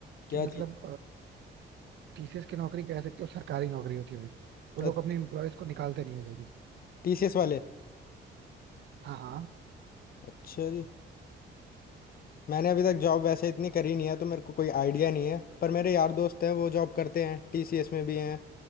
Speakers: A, on the left (about 50°); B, on the right (about 60°).
A: क्या
B: कि मतलब
A: चीज
B: टीसीएस की नौकरी कह सकते हो सरकारी नौकरी होती है भाई वो
A: अच्छा,
B: लोग अपने एम्प्लॉयज को निकालते नहीं है जल्दी
A: टीसीएस वाले
B: हाँ हाँ
A: अच्छा जी मैंने अभी तक जॉब वैसे इतनी करी नहीं है तो मेरे को कोई आइडिया नहीं है पर मेरे यार दोस्त हैं वो जॉब करते हैं टीसीएस में भी हैं